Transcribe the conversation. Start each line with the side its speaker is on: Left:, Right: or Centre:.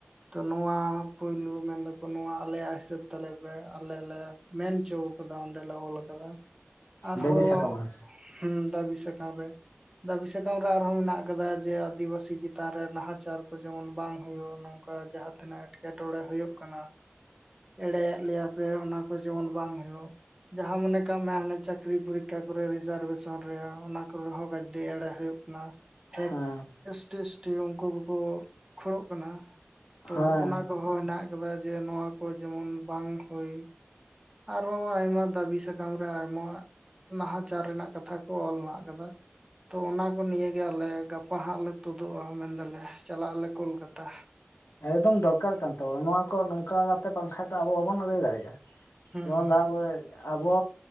Right: ᱛᱚ ᱱᱚᱣᱟ ᱯᱩᱭᱞᱩ ᱢᱮᱱ ᱫᱟᱠᱚ ᱱᱚᱣᱟ ᱟᱞᱮᱭᱟᱜ ᱦᱤᱥᱟᱹᱵ ᱛᱟᱞᱮ ᱯᱮ ᱟᱞᱮ ᱞᱮ ᱢᱮᱱ ᱦᱚᱪᱚᱸ ᱟᱠᱟᱫᱟ ᱚᱸᱰᱮ ᱞᱮ ᱚᱞ ᱟᱠᱟᱫᱟ᱾ ᱟᱨᱦᱚᱸ
Left: ᱫᱟᱹᱵᱤ ᱥᱟᱠᱟᱢ ᱟᱨᱠᱤ
Right: ᱦᱮᱸ ᱫᱟᱹᱵᱤ ᱥᱟᱠᱟᱢ ᱨᱮ, ᱫᱟᱹᱵᱤ ᱥᱟᱠᱟᱢ ᱨᱮ, ᱟᱨᱦᱚᱸ ᱢᱮᱱᱟᱜ ᱟᱠᱟᱫᱟ ᱡᱮ ᱟᱹᱫᱤ ᱵᱟᱹᱥᱤ ᱪᱮᱛᱟᱱ ᱨᱮ ᱱᱟᱦᱟᱪᱟᱨ ᱠᱚ ᱡᱮᱢᱚᱱ ᱵᱟᱝ ᱦᱳᱜ-ᱟ᱾ ᱱᱚᱝᱠᱟ ᱡᱟᱦᱟᱸ ᱛᱤᱱᱟᱹᱜ ᱮᱸᱴᱠᱮᱴᱚᱬᱮᱸ ᱦᱳᱭᱳᱜ ᱠᱟᱱᱟ᱾ ᱮᱲᱮᱭᱮᱫ ᱞᱮᱭᱟ ᱯᱮ ᱚᱱᱟ ᱠᱚ ᱡᱮᱢᱚᱱ ᱵᱟᱝ ᱦᱩᱭᱩ-ᱜ ᱡᱟᱦᱟᱸ ᱢᱚᱱᱮ ᱠᱟᱜ ᱢᱮ, ᱦᱟᱱᱮ ᱪᱟᱹᱠᱨᱤ ᱯᱚᱨᱤᱠᱷᱟ ᱠᱚᱨᱮ, ᱨᱤᱡᱟᱨᱵᱷᱮᱥᱚᱱ ᱨᱮ ᱚᱱᱟ ᱠᱚᱨᱮ ᱦᱚᱸ ᱜᱟᱡᱽᱫᱤ ᱮᱲᱮ ᱦᱩᱭᱳᱜ ᱱᱟ ᱦᱮᱠ
Left: ᱦᱮᱸ
Right: ᱮᱥᱴᱤ - ᱮᱥᱴᱤ ᱩᱱᱠᱩ ᱠᱚᱼᱠᱚ ᱠᱷᱚᱲᱚ-ᱜ ᱠᱟᱱᱟ ᱾ᱛᱚ
Left: ᱦᱮᱸ
Right: ᱚᱱᱟ ᱠᱚᱦᱚᱸ ᱦᱮᱱᱟᱜ ᱟᱠᱟᱫᱟ᱾ ᱡᱮ ᱱᱚᱣᱟ ᱠᱚ ᱡᱮᱢᱚᱱ ᱵᱟᱝ ᱦᱳᱭ ᱟᱨᱚ ᱟᱭᱢᱟ ᱫᱟᱹᱵᱤ ᱥᱟᱠᱟᱢ ᱨᱮ ᱟᱭᱢᱟ᱾ ᱱᱟᱦᱟᱪᱟᱨ ᱨᱮᱱᱟᱜ ᱠᱟᱛᱷᱟ ᱠᱚ ᱚᱞ ᱢᱮᱱᱟᱜ ᱟᱠᱟᱫᱟ᱾ ᱛᱚ ᱚᱱᱟ ᱠᱚ ᱱᱤᱭ ᱜᱮ, ᱟᱞᱮ ᱜᱟᱯᱟ ᱦᱟᱸᱜ ᱞᱮ ᱛᱩᱫᱩᱜᱼᱟ᱾ ᱢᱮᱱᱫᱟᱞᱮ ᱪᱟᱞᱟᱜ ᱟᱞᱮ ᱠᱳᱞᱠᱟᱛᱟ᱾
Left: ᱮᱠᱫᱚᱢ ᱫᱚᱨᱠᱟᱨ ᱠᱟᱱ ᱛᱟᱵᱚᱱᱟ᱾ ᱱᱚᱣᱟ ᱠᱚ ᱱᱚᱝᱠᱟ ᱠᱟᱛᱮ ᱵᱟᱝᱠᱷᱟᱱ ᱫᱚ ᱾ᱟᱵᱚ ᱵᱟᱵᱚᱱ ᱟᱫᱟᱹᱭ ᱫᱟᱲᱮᱭᱟᱜᱼᱟ᱾
Right: ᱦᱩᱸ
Left: ᱡᱮᱢᱚᱱ ᱡᱟᱦᱟ ᱠᱳᱨᱮ ᱟᱵᱚ